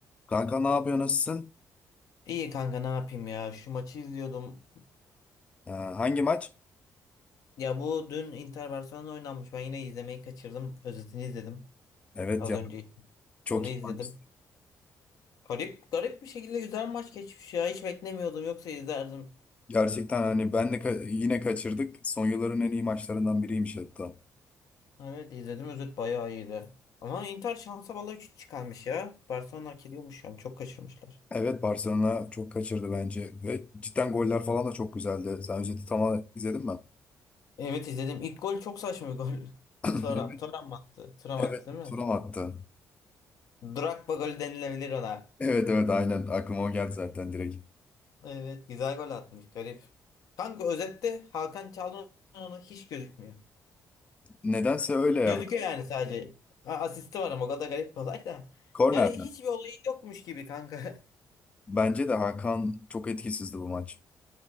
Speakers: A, on the left (about 20°); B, on the left (about 70°).
A: Kanka ne yapıyor nasılsın?
B: İyi kanka ne yapayım ya şu maçı izliyordum.
A: Ee, hangi maç?
B: Ya bu dün Inter Barcelona oynanmış. Ben yine izlemeyi kaçırdım. Özetini izledim.
A: Evet
B: Az
A: ya
B: önce
A: çok
B: onu izledim.
A: iyi maç.
B: Garip garip bir şekilde güzel maç geçmiş ya. Hiç beklemiyordum yoksa izlerdim.
A: Gerçekten hani ben de ka- yine kaçırdık. Son yılların en iyi maçlarından biriymiş hatta.
B: Evet izledim özet bayağı iyiydi. Ama Inter şansa bala 3 çıkarmış ya. Barcelona hak ediyormuş yani çok kaçırmışlar.
A: Evet Barcelona çok kaçırdı bence ve cidden goller falan da çok güzeldi. Sen özeti tamamen izledin mi? <clears throat>
B: Evet izledim. İlk gol çok saçma bir gol. <laughs>
A: Evet,
B: Thuram, Thuram mı attı? Thuram
A: evet
B: attı değil mi?
A: Thuram attı.
B: Drogba golü denilebilir ona.
A: Evet evet aynen aklıma o geldi zaten direkt.
B: Evet güzel gol atmış garip. Kanka özette Hakan Çalhanoğlu hiç gözükmüyor.
A: Nedense öyle ya.
B: Gözüküyor yani sadece. A- Asisti var ama o kadar garip bir olay da.
A: Kornerden.
B: Yani hiçbir olayı yokmuş gibi kanka.
A: Bence de Hakan çok etkisizdi bu maç.